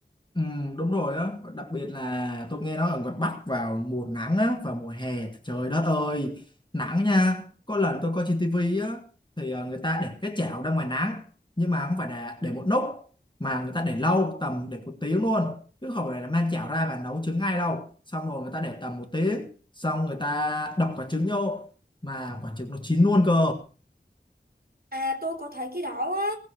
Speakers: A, on the left; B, on the right.
A: Ừ, đúng rồi đó đặc biệt là tôi nghe nói ở ngoài Bắc vào mùa nắng á và mùa hè trời đất ơi nắng nha có lần tôi coi trên tivi á thì ờ, người ta để cái chảo ra ngoài nắng nhưng mà không phải là để một lúc mà người ta để lâu tầm để một tiếng luôn chứ không phải là mang chảo ra và nấu trứng ngay đâu xong rồi người ta để tầm một tiếng xong người ta đập quả trứng vô mà quả trứng nó chín luôn cơ
B: à tôi có thấy cái đó á